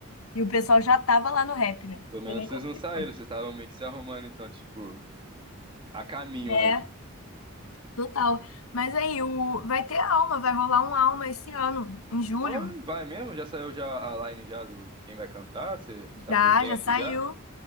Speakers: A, on the left; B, on the right.
A: E o pessoal já tava lá no rap, né? Não
B: Pelo menos
A: sei nem
B: vocês
A: como
B: não
A: que
B: saíram,
A: foi.
B: vocês estavam meio que se arrumando, então, tipo, a caminho,
A: É,
B: né?
A: total. Mas aí, o, vai ter alma, vai rolar um alma esse ano, em julho.
B: Então, Vai mesmo? Já saiu já a line já do, de quem vai cantar? Você tá
A: Já,
B: por dentro
A: já saiu,
B: já?